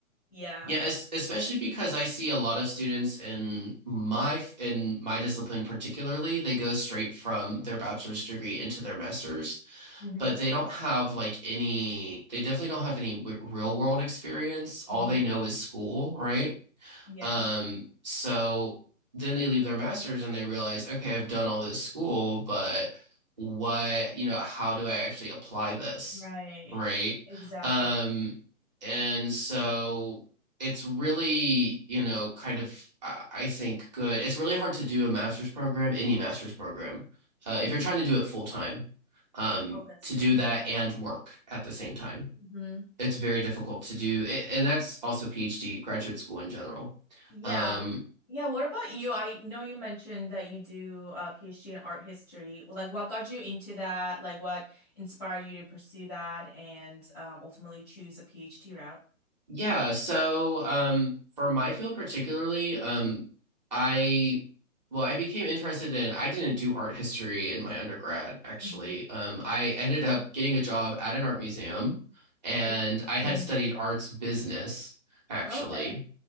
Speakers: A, in the centre; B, on the right.
A: Yeah.
B: Yeah, es especially because I see a lot of students in my in my discipline particularly, they go straight from their bachelor's degree into their master's,
A: hmm
B: but they don't have like any, they definitely don't have any w real world experience. All
A: hmm
B: they know is school, right?
A: Yeah.
B: Um, so then they leave their masters and they realize, okay, I've done all this school, but what, you know, how do I actually apply this?
A: Right.
B: Right.
A: Exactly.
B: Um, and so it's really, you know, kind of, I I think, good. It's really hard to do a master's program, any master's program, uh,
A: hmm
B: if you're trying to do it full time, um,
A: Oh, that's
B: to
A: true.
B: do
A: Yeah.
B: that and work at the same time
A: Mhm.
B: it's very difficult to do, a- and that's also PhD graduate school in general.
A: Yeah.
B: Um,
A: Yeah, what about you? I know you mentioned that you do a PhD in art history. Well, like what got you into that? Like what inspired you to pursue that and um, ultimately choose a PhD route?
B: yeah, so um, for my field particularly, um, I well, I became interested in. I didn't do art history in my undergrad, actually.
A: Mhm.
B: Um, I ended up getting a job at an art museum, and
A: Interesting.
B: I had studied arts business, actually.
A: Okay.